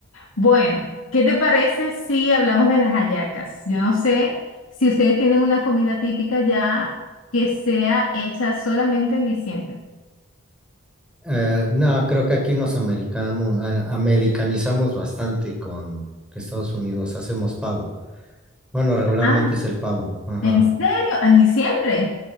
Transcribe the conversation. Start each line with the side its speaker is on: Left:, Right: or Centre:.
Left: Bueno, ¿qué te parece si hablamos de las hallacas? Yo no sé si ustedes tienen una comida típica ya que sea hecha solamente en diciembre.
Centre: Eh, no, creo que aquí nos americamos- an- americanizamos bastante con Estados Unidos, hacemos pavo. Bueno, regularmente
Left: Ah,
Centre: es el pavo. Ajá.
Left: ¿en serio? ¿En diciembre?